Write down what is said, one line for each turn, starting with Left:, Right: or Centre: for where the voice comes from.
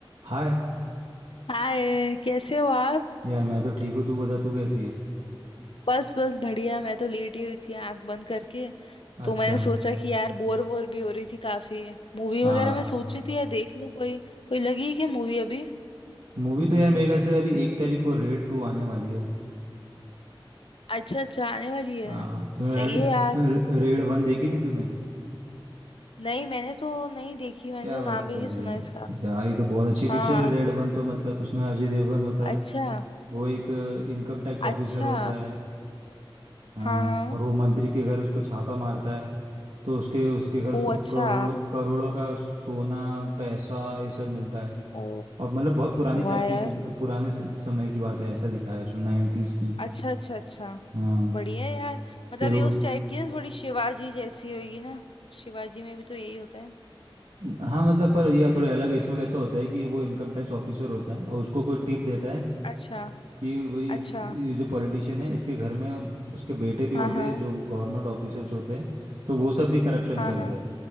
Right: हाय
Left: हाय कैसे हो आप
Right: यार मैं तो ठीक हूँ तू बता तू कैसी है
Left: बस बस बढ़िया मैं तो लेटी हुई थी आंख बंद करके तो
Right: अच्छा
Left: मैंने सोचा कि यार बोर बोर भी हो रही थी काफी मूवी
Right: हाँ
Left: वगैरह मैं सोची थी यार देख लूं कोई कोई लगी है क्या मूवी अभी
Right: मूवी तो यार मेरे ख्याल से अभी एक तारीख को रेड टू आने वाली है
Left: अच्छा अच्छा आने वाली है
Right: हाँ तूने
Left: सही
Right: रेड
Left: है यार
Right: र- रेड वन देखी थी तूने
Left: नहीं मैंने तो नहीं देखी मैंने
Right: क्या
Left: तो
Right: बात
Left: नाम
Right: कर
Left: भी नहीं
Right: रही
Left: सुना
Right: है
Left: इसका
Right: यार ये तो बहुत अच्छी पिक्चर
Left: हाँ
Right: है रेड वन तो मतलब उसमें अजय देवगन होता
Left: अच्छा
Right: है वो एक इनकम टैक्स
Left: अच्छा
Right: ऑफिसर होता है हाँ
Left: हाँ हाँ
Right: और वो मंत्री के घर उसको छापा मारता है तो उसके उसके घर उसको
Left: ओ अच्छा
Right: करोड़ों करोड़ों का सोना पैसा ये सब मिलता है
Left: ओ
Right: और मतलब बहुत पुराने
Left: वाह
Right: टाइप
Left: यार
Right: की दि- पुराने स- समय की बात है ऐसा दिखाया है उसमें नाइन्टीज़ की
Left: अच्छा अच्छा अच्छा
Right: हाँ
Left: बढ़िया है यार मतलब
Right: फिर वो
Left: ये उस टाइप की ना थोड़ी शिवाजी जैसी होगी ना शिवाजी में भी तो यही होता है
Right: हाँ मतलब पर यह थोड़े अलग है इसमें कैसा होता है कि वो इनकम टैक्स ऑफिसर होता है और उसको कोई टिप देता है
Left: अच्छा
Right: कि भाई इस
Left: अच्छा
Right: ये जो पॉलिटिशियन है इसके घर में उसके बेटे भी होते
Left: हाँ हाँ
Right: हैं जो गवर्नमेंट ऑफिसर्स होते हैं तो वो सब भी करप्शन
Left: हाँ
Right: करते
Left: हाँ
Right: हैं